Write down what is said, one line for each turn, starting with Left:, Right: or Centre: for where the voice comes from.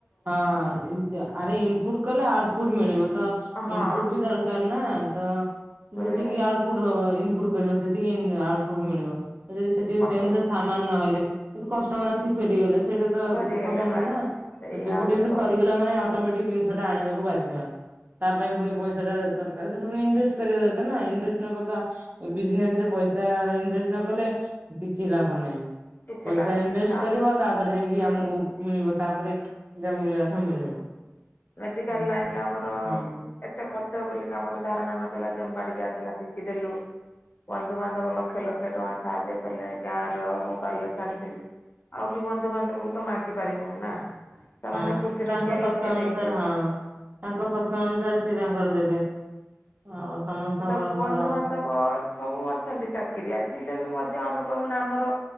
Right: ହଁ ଆରେ ଇନପୁଟ କଲେ ଆଉଟପୁଟ ମିଳିବ ତ
Left: ହଁ
Right: ଇନପୁଟ ବି ଦର <unintelligible> ତ
Left: ତାପରେ
Right: ଯେତିକି ଆଉଟ <unintelligible> ଇନପୁଟ କରିବ ସେତିକି ଆଉଟପୁଟ ମିଳିବ। ଯଦି ସେତିକି
Left: ବନ୍ଧୁ
Right: ସେ ଅନୁସାରେ ସା ସାମାନ ନହଲେ କିନ୍ତୁ କଷ୍ଟମର ଆସି ଫେରିଗଲେ ସେଇଟା ତ
Left: ସରିଗଲେ
Right: ସମ୍ଭବ
Left: ବାସ୍
Right: ନୁହେଁ ନା।
Left: ସେଇଆ
Right: ଜ ଗୋଟେ
Left: ହଉଛି
Right: ଜିନଷ
Left: ପ୍ରୋବ୍ଲେମ
Right: ସରିଗଲା ମାନେ ଅଟୋମେଟିକ ଜିନଷଟା ଆଣିବାକୁ ବାଧ୍ୟ। ତା ପାଇଁ ପୁଣି ପଇସା ଟା ଦରକାର ସେଥିପାଇଁ ଇନଭେଷ୍ଟ କରିବା ଦରକାର ନା ଇନଭେଷ୍ଟ ନ କଲେ ତ ବିଜନେସ ରେ ପଇସା ଇନଭେଷ୍ଟ ନ କଲେ କିଛି ଲାଭ ନାହିଁ।
Left: କିଛି
Right: ପଇସା
Left: ଲାଭ
Right: ଇନଭେଷ୍ଟ
Left: ନାହିଁ
Right: କରିବ ତାପରେ ଯାଇଁକି
Left: ହୁଁ
Right: ଆମକୁ ମିଳିବ ତାପରେ ଯାହା ମିଳିବା କଥା ମିଳିବ।
Left: ମେଡିକାଲ
Right: ହୁଁ
Left: ଲାଇନ ଲ ଆମର
Right: ହୁଁ।
Left: ଏତେ ଖର୍ଚ୍ଚ ହେବ ବୋଲିକା ଆମର ଧାରଣା ନଥିଲା ଜମବାଡି ଯାହାଥିଲା ବିକିଦେଲୁ ବନ୍ଧୁବାନ୍ଧବ ଲକ୍ଷେ ଲକ୍ଷେ ଟଙ୍କା ସାହାଯ୍ୟ କଲେ। ଗାଁର ମୋବାଇଲ ର ଛାଡିଥିଲି ଆଉ ବି ବନ୍ଧୁବାନ୍ଧବକୁ ତ ମାଗି ପାରିମୁନି ନା। ସେମାନେ
Right: ହଁ
Left: ଖୁସି
Right: ସେ
Left: ର
Right: ତାଙ୍କ
Left: କିଏ
Right: ସକ୍ଷ
Left: ଲଖେ
Right: ଅନୁସାରେ
Left: ଦେଇ
Right: ହଁ ତାଙ୍କ ସର୍ତ ଅନୁସାରେ ସେ ତାଙ୍କର ଦେବେ। ଆଉ ସମସ୍ତଙ୍କର
Left: ତା
Right: ଘର
Left: <unintelligible> ସବୁ ଅଛନ୍ତି ଚାକିରିଆ ଥିଲେ ବି ମଧ୍ୟ ଆମେ କହିବୁ ନା ଆମର